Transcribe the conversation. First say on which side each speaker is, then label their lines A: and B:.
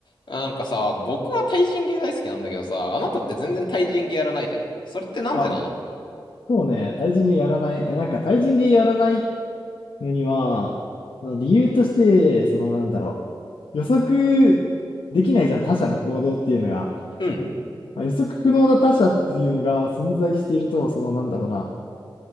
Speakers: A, on the left; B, on the left.
A: あなんかさ、僕は対人芸大好きなんだけどさ、あなたって全然対人芸やらないじゃん。それってなんでなの
B: あ、そうね、対人芸やらない。え、なんか対人芸やらないのには、まあ理由として、そのなんだろう、予測できないじゃん、他者の行動っていうのが。
A: うん。
B: まあ予測不能な他者っていうのが存在していると、そのなんだろうな、